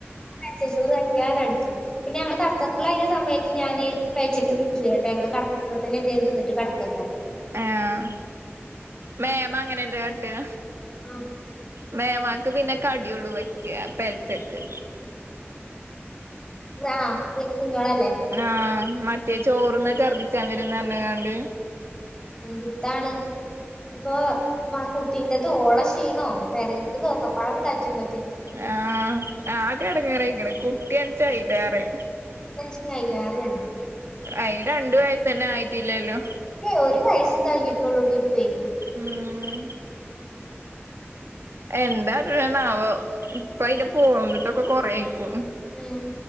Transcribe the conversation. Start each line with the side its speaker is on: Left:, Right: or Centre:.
Left: പച്ചച്ചോറ് കട്ടിയാ അത അടുത്തും പിന്ന ഞങ്ങള് കത്തറതി സയത്ത് ഞാന് പച്ചക്ക് നീ ചട്ടെ ഞ കടക്കുമോന്നെ എന്തായും തിന്നട്ട് കടക്കക്കാരം
Right: ആഹ് മേമ അങ്ങനെല്ലേ കാട്ടുക
Left: ആഹ
Right: മേമാക്ക് പിന്നെ കടിയോടു പറ്റിയ പെരച്ചക്ക്
Left: ആ പിന്നെ കുഞ്ഞോളല്ലേ
Right: ആഹ് മറ്റേ ചോറന്നാ ഛർദിച്ചാൻ വരുന്നന്നാണ്ട്
Left: എന്ത്താണ് ഇപ്പൊ മ കുട്ടിറത ഓള ക്ഷീണോ പരതിട്ടത ഒക്കെ പഴം കഴറ്റുമ്പ
Right: ആ ആകെടെങ്ങേറായ്ക്ക്ണ് കുട്ട്യാണ്ച്ച അയ്ലേറെ
Left: ക്ന്ന അയിലേറേണ്
Right: അയിന് രണ്ടു വയസ്സന്നെ ആയിട്ടില്ലല്ലോ
Left: പ്പേ ഒരു വയസ്സ് കയ്ഞ്ഞിട്ടാെള്ളെടി പ്പേ
Right: ഊമ് എന്താട്ടാണാവോ ഇപ്പഅയ്ലെ പോന്നിട്ടൊക്കെ കൊറേ അയ്ക്കുണു
Left: ഉം